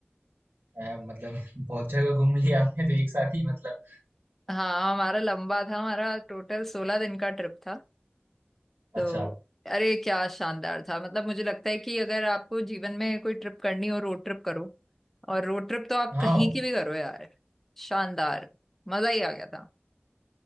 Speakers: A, on the right; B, in the centre.
A: अ, मतलब <laughs> बहुत जगह घूम लिया आपने तो एक साथ ही मतलब
B: हाँ हमारा लंबा था हमारा टोटल सोलह दिन का ट्रिप था। तो
A: अच्छा
B: अरे क्या शानदार था मतलब मुझे लगता है कि अगर आपको जीवन में कोई ट्रिप करनी हो रोड ट्रिप करो और रोड ट्रिप तो आप
A: हाँ
B: कहीं
A: वो
B: की भी करो यार शानदार मजा ही आ गया था